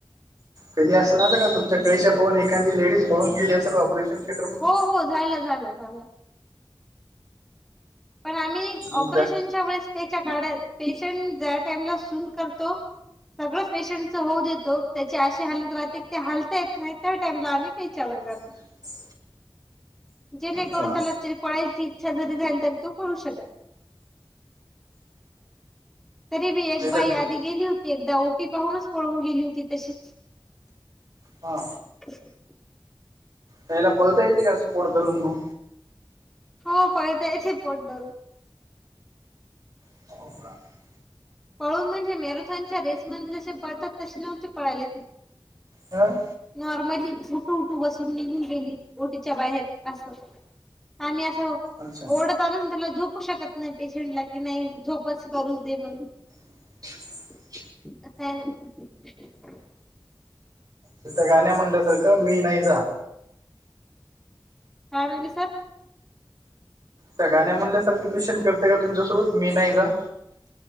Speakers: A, on the right; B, in the centre.
A: कधी असं झालं का तुमच्या कैच्या पाहून एखादी लेडीज पळून गेली असल ऑपरेशन थिएटर मधून
B: हो हो झालं झालं झालं पण आम्ही
A: मग
B: ऑपरेशनच्या
A: त्या
B: वेळेस कैचा काढत पेशंट ज्या टाइमला सून करतो सगळं पेशंटच होऊ देतो, त्याची अशी हालत राहते कि त्या हालतायत आणि त्या टाइमला आम्ही कैचा वर काढतो.
A: <inaudible>
B: जेणेकरून
A: अच्छा
B: त्याला पळायची इच्छा जरी झाली तरी तो पळू शकत तरी बी एक
A: त्याच्यात
B: बाई
A: ब-
B: आधी गेली होती एकदा ओटी पाहूनच पळून गेली होती तशीच.
A: हा
B: <inaudible>
A: बाईला पळता येते का असं पोट धरून मग
B: हो कळत यायची पोट धरून
A: <unintelligible>
B: पळून म्हणजे मॅरेथॉनच्या रेसमध्ये जसे पळतात तसे नव्हते पळाले.
A: हं?
B: नॉर्मली झुटू उठू बसून निघून गेली ओटीच्या बाहेर अस आम्ही असंव
A: अच्छा
B: ओढत आणून त्याला झोपू शकत नाही पेशंटला कि नाही झोपच करूच दे म्हणून
A: <inaudible>
B: <unintelligible>
A: तिथं गाण्या म्हणल्यासारखं, मी नाही जा.
B: काय म्हणली सर?
A: त्या गाण्या म्हणल्यासारखे प्रश्न करते का तुमच्यासोबत, मी नाही जा?